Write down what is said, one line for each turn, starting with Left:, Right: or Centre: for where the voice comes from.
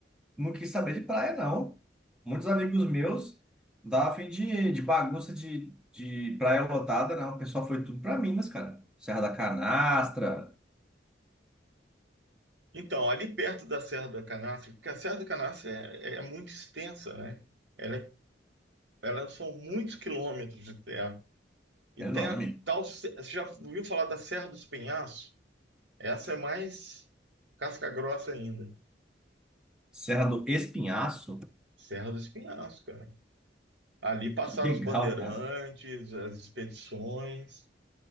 Centre: não quis saber de praia, não. Muitos amigos meus davam fim de, de bagunça de, de praia lotada, não. O pessoal foi tudo pra Minas, cara. Serra da Canastra,
Right: Então, ali perto da Serra da Canastra, porque a Serra da Canastra é, é é muito extensa, né? Ela, é- ela são muitos quilômetros de terra. E
Centre: é
Right: tem
Centre: enorme.
Right: a tal. se- Você já ouviu falar da Serra dos Penhascos? Essa é mais casca grossa ainda.
Centre: Serra do Espinhaço.
Right: Serra do Espinhaço, cara. Ali passaram
Centre: Que legal,
Right: os bandeirantes,
Centre: cara.
Right: as expedições.